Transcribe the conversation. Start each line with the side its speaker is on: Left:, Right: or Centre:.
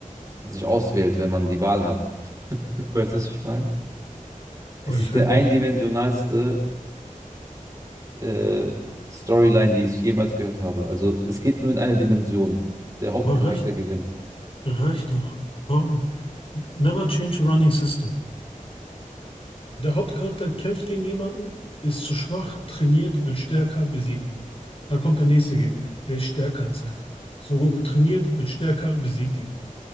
Right: sich auswählt, wenn man die Wahl hat. <laughs> Weißt du, was ich meine? Es
Left: Aber ich
Right: ist
Left: würde
Right: der eindimensionalste
Left: mich.
Right: äh, Storyline, die ich jemals gehört habe. Also es geht nur in eine Dimension. Der Hauptcharakter
Left: Aber reicht,
Right: gewinnt.
Left: reicht doch. Warum? Never change a running system. Der Hauptcharakter kämpft gegen jemanden, ist zu schwach, trainiert, wird stärker, besiegt ihn. Dann kommt der nächste Gegner. Er ist stärker als er. Son Goku trainiert, wird stärker, besiegt ihn.